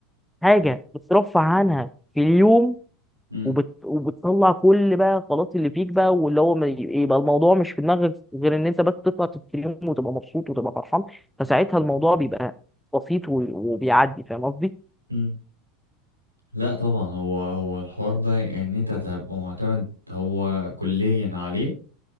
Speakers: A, in the centre; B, on the right (about 85°).
A: حاجه بترفع عنها في اليوم
B: مم.
A: وبت... وبتطلع كل بقى خلاص اللي فيك بقى واللي هو ما ي- يبقى الموضوع مش في دماغك غير ان انت بس تطلع تستريم وتبقى مبسوط وتبقى فرحان فساعتها الموضوع بيبقى بسيط و... وبيعدي فاهم قصدي؟
B: مم. لا طبعا هو هو الحوار ده ان انت تبقى معتمد هو كليا عليه